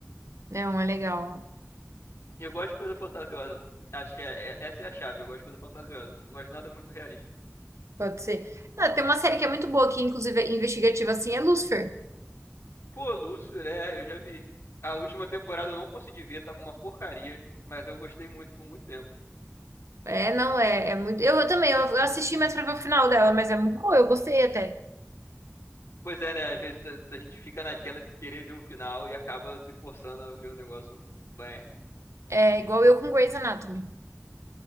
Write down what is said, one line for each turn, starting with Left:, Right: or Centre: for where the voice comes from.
Right: Não, é legal.
Left: Eu gosto de coisa fantasiosa. Acho que é- é- essa é a chave, eu gosto de coisa fantasiosa. Não gosto de nada muito realista.
Right: Pode ser. Ah, tem uma série que é muito boa aqui, inclusive é investigativa, assim, é Lucifer.
Left: Pô, Lúcifer, é, eu já vi. A última temporada eu não consegui ver, tava uma porcaria, mas eu gostei muito por muito tempo.
Right: É, não, é, é muito. Eu, eu também, eu, eu assisti mais pra ver o final dela, mas é muito boa, eu gostei até.
Left: Pois é, né? Às vezes a a gente fica naquela de querer ver o final e acaba se forçando a ver um negócio. bem.
Right: É igual eu com Grey's Anatomy.